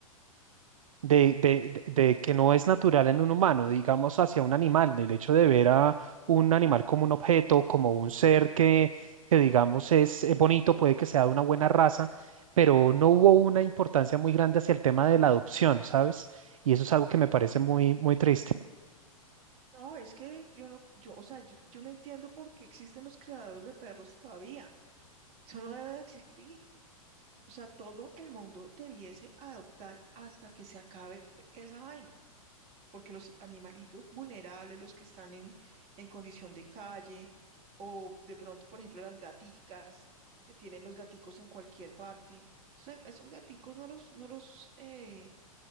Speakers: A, on the right; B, on the right.
A: de, de- de- de que no es natural en un humano, digamos hacia un animal, del hecho de ver a un animal como un objeto, como un ser que, que digamos es eh, bonito, puede que sea de una buena raza, pero no hubo una importancia muy grande hacia el tema de la adopción, ¿sabes? Y eso es algo que me parece
B: Mm.
A: muy, muy triste.
B: No, es que yo no, yo, o sea, yo, yo no entiendo por qué existen los criadores de perros todavía. Eso no debe de existir. O sea, todo el mundo debiese adoptar hasta que se acabe esa vaina. porque los animalitos vulnerables, los que están en, en condición de calle, o de pronto, por ejemplo, las gaticas, que tienen los gaticos en cualquier parte, o sea, esos gaticos no los, no los eh,